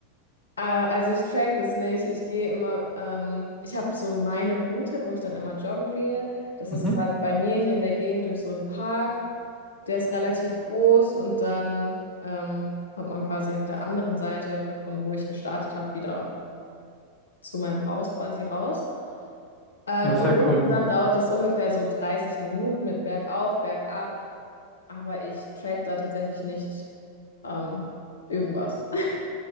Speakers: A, on the left; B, in the centre.
A: äh, also ich track das nicht. Ich gehe immer, ähm, ich habe so meine Route, wo ich dann immer joggen gehe. Das
B: Mhm.
A: ist quasi bei mir hier in der Gegend durch so einen Park. Der ist relativ groß und dann ähm, kommt man quasi auf der anderen Seite, von wo ich gestartet habe, wieder zu meinem Haus quasi raus. Ähm,
B: Ja, sehr
A: und insgesamt
B: cool.
A: dauert es ungefähr so 30 Minuten mit bergauf, bergab. Aber ich track da tatsächlich nicht ähm, irgendwas. <laughs>